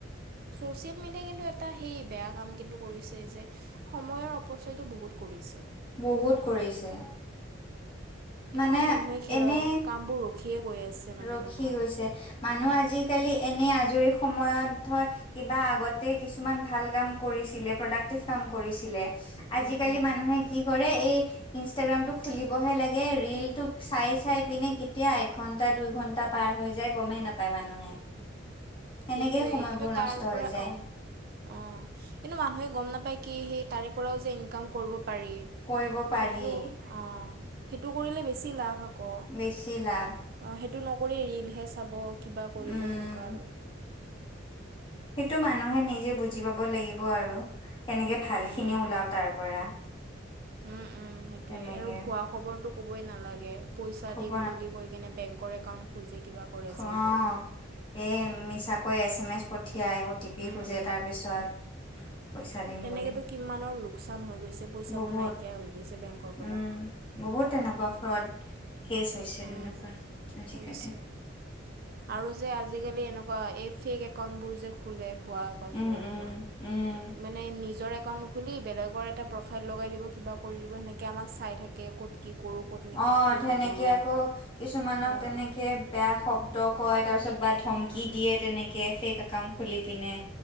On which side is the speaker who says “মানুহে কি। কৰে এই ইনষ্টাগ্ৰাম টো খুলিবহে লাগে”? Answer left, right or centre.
Left